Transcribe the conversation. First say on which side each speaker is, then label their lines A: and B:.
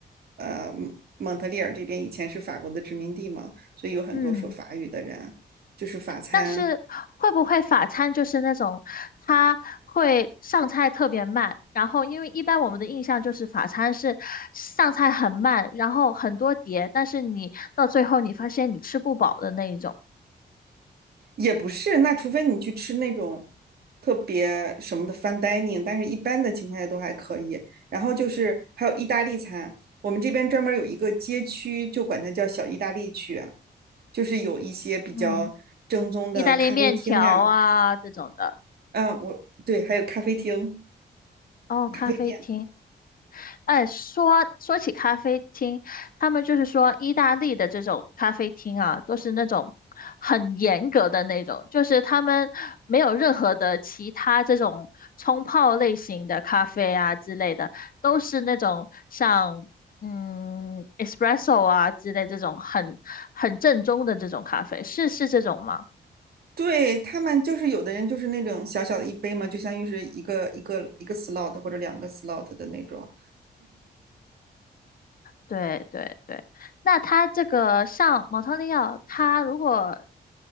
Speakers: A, on the right; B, on the left.
A: 呃，蒙特利尔这边以前是法国的殖民地嘛，所以有很多说法语的人，
B: 嗯，
A: 就是法餐
B: 但是会不会法餐就是那种它会上菜特别慢，然后因为一般我们的印象就是法餐是上菜很慢，然后很多碟，但是你到最后你发现你吃不饱的那一种。
A: 也不是，那除非你去吃那种特别什么的 fine dining，但是一般的情况下都还可以。然后就是还有意大利餐，我们这边专门有一个街区，就管它叫小意大利区啊就是有一些比较正宗的咖啡厅呀、
B: 嗯，意大利面条啊这种的。
A: 嗯，我对，还有咖啡厅、
B: 哦，咖啡厅。
A: 咖啡店。
B: 哎，说说起咖啡厅，他们就是说意大利的这种咖啡厅啊，都是那种很严格的那种，就是他们没有任何的其他这种冲泡类型的咖啡啊之类的，都是那种像嗯 espresso 啊之类这种很很正宗的这种咖啡，是是这种吗？
A: 对，他们就是有的人就是那种小小的一杯嘛，就相当于是一个一个一个 slot 或者两个 slot 的那种。
B: 对对对，那他这个像蒙特利尔，他如果